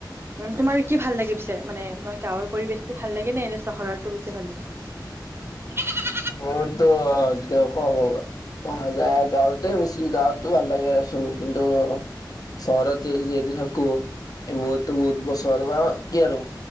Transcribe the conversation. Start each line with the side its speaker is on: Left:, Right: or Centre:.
Right: উম, তোমাৰ কি ভাল লাগে পিছে মানে তোমাৰ গাঁৱৰ পৰিৱেশটো ভাল লাগে নে এনে চহৰটো বেছি ভাল লাগেৱ <unintelligible>
Left: <unintelligible> অহা যায় গাঁৱতে বেছি গাঁৱতো ভাল লাগেচোন কিন্তু চহৰত যি যিহেতু থাকোঁ। এই বহুতো বহুত বছৰ বা কি আৰু